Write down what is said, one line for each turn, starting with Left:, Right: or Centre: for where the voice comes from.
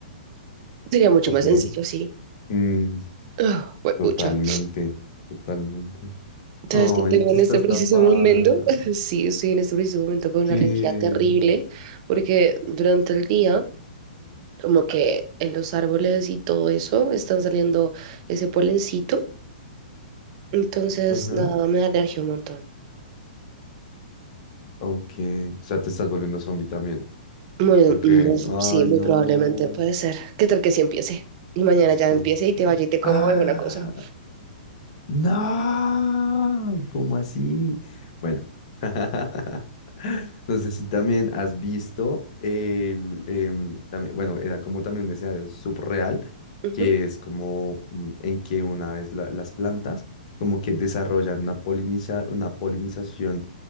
Right: Sería mucho
Left: Ok.
Right: más sencillo, sí.
Left: Mm,
Right: Ah, huepucha.
Left: totalmente, totalmente.
Right: ¿Sabes
Left: Ay,
Right: qué tengo
Left: tú
Right: en
Left: estás
Right: este preciso
Left: tapada.
Right: momento? <laughs> Sí, estoy en este preciso momento con
Left: ¿Qué?
Right: una alergia terrible porque durante el día, como que en los árboles y todo eso, están saliendo ese polencito. Entonces,
Left: Ajá.
Right: nada, me da alergia un montón.
Left: Ok. O sea, te estás volviendo zombie también.
Right: Muy,
Left: Ok.
Right: muy-
Left: Ay,
Right: sí, muy
Left: no.
Right: probablemente puede ser. ¿Qué tal que sí empiece? Y mañana
Left: Así
Right: ya
Left: como.
Right: empiece y te vaya y te coma
Left: Ah.
Right: alguna cosa.
Left: No, ¿cómo así? Bueno, <laughs> no sé si también has visto el, em, también- bueno, era como también un escenario subreal,
Right: Ujú.
Left: que es como mm, en que una vez la- las plantas como que desarrollan una poliniza- una polinización